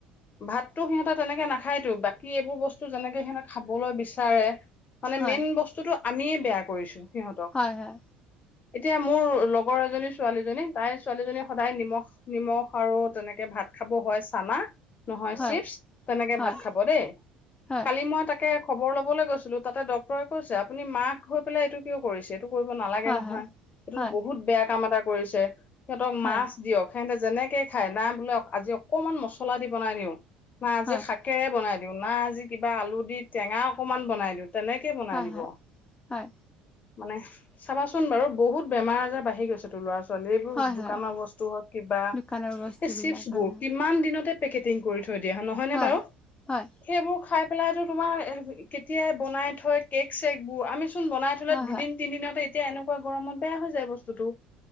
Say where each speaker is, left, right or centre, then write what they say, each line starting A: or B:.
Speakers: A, on the left (about 40°); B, on the left (about 20°).
A: ভাততো সিহঁতে তেনেকে নাখায়তো বাকী এইবোৰ বস্তু যেনেকে সিহঁতে খাবলৈ বিচাৰে মানে
B: হয়
A: মেইন বস্তুটো আমিয়ে বেয়া কৰিছো সিহঁতক
B: হয়, হয়।
A: এতিয়া মোৰ লগৰ এজনী ছোৱালীজনী তাই ছোৱালীজনী সদায় নিমখ, নিমখ আৰু তেনেকে ভাত খাব হয়, চানা নহয়
B: হয়
A: চিপচ, তেনেকে
B: হয়
A: ভাত খাব দেই।
B: হয়
A: কালি মই তাকে খবৰ ল'বলৈ গৈছিলোঁ, তাতে ডক্তৰে কৈছে আপুনি মাক হৈ পেলাই এইটো কিয় কৰিছে? এইটো কৰিব নালাগে
B: হয়
A: নহয়, সেটোতো
B: হয়
A: বহুত বেয়া কাম এটা কৰিছে, সিহঁতক
B: হয় হয়
A: মাছ দিয়ক, সেঁহেতে যেনেকে খাই না বোলে আজি অকমান মছলা দি বনাই দিওঁ, না আজি
B: হয়
A: শাকেৰে বনাই দি দিওঁ না আজি কিবা আলু দি টেঙা অকমান বনাই দিওঁ তেনেকে বনাই
B: হয়
A: দিব।
B: হয় হয় হয়
A: মানে চাবাচোন বাৰু বহুত বেমাৰ আজাৰ বাঢ়ি গৈছে তোৰ ল'ৰা-ছো <unintelligible> এ
B: হয়
A: দোকানৰ
B: হয়
A: বস্তু হওঁক কিবা,
B: দোকানৰ বস্তুবিলাক
A: এ চিপ্চবোৰ
B: হয়
A: কিমান দিনৰ পেকেজিং কৰি থৈ থৈ দিয়া, নহয়নে
B: হয়
A: বাৰু?
B: হয়
A: সেইবোৰ খাই পেলাইটো তোমাৰ কেতিয়াই বনাই থয় কেক, চেকবোৰ আমিচোন বনাই থ'লে
B: হয়
A: দুদিন দিনত এতিয়া এনেকুৱা গৰমত বেয়া হৈ যায় বস্ টোতো